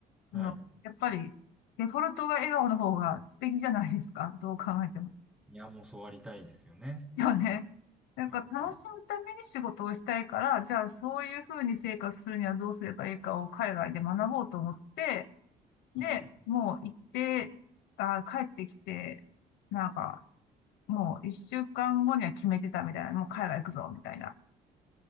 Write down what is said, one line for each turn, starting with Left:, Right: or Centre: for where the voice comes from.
Centre: はい。
Left: あの、やっぱりデフォルトが笑顔の方が素敵じゃないですか。どう考えても。
Centre: いや、もうそうありたいですよね。
Left: よね。
Centre: はい。
Left: なんか楽しむために仕事をしたいから、
Centre: はい。はい。
Left: じゃあそういうふうに生活するにはどうすればいいかを海外で学ぼうと思って、
Centre: はい。
Left: で、もう行って、あ、帰ってきて、なんか、もう一週間後には決めてたみたいな、もう海外行くぞ、みたいな。